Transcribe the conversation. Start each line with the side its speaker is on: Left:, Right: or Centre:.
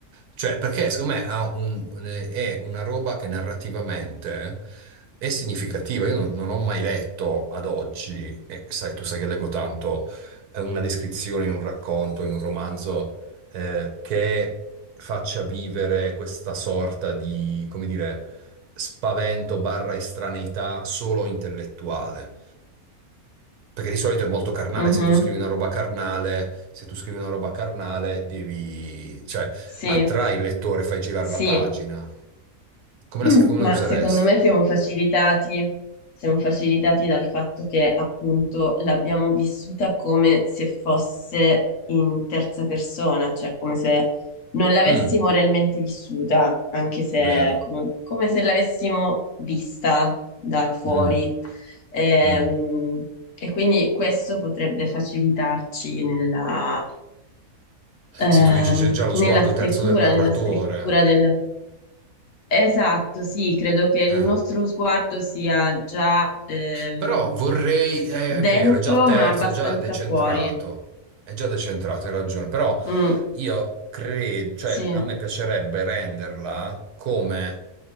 Right: Cioè, perché secondo me ha un- un- è una roba che narrativamente è significativa. Io non, non ho mai letto ad oggi, e sai, tu sai che leggo tanto, eh, una descrizione in un racconto, in un romanzo, eh, che faccia vivere questa sorta di, come dire spavento barra estraneità solo intellettuale. Perché di solito è molto carnale,
Left: Mhm,
Right: se tu scrivi una roba carnale, se tu scrivi una roba carnale, devi, cioè,
Left: Sì,
Right: attrai il lettore, fai girare
Left: sì.
Right: la pagina.
Left: <clears throat>
Right: Come la, come
Left: Ma
Right: la useresti?
Left: secondo me siamo facilitati, siamo facilitati dal fatto che appunto l'abbiamo vissuta come se fosse in terza persona, cioè come se non l'avessimo
Right: Mm,
Left: realmente vissuta, anche se
Right: vero.
Left: come, come se l'avessimo vista da fuori.
Right: Mm,
Left: Ehm,
Right: mm.
Left: E, quindi questo potrebbe facilitarci nella ehm,
Right: Sì, tu dici c'è già lo
Left: nella
Right: sguardo
Left: stesura,
Right: terzo del narratore.
Left: nella scrittura del Esatto, sì, credo che il
Right: Eh.
Left: nostro sguardo sia già ehm,
Right: Però vorrei, eh,
Left: dentro,
Right: è vero, è già terzo,
Left: ma abbastanza
Right: è già decentrato,
Left: fuori.
Right: è già decentrato, hai ragione, però
Left: Mm,
Right: io credo, cioè
Left: sì,
Right: a me piacerebbe renderla come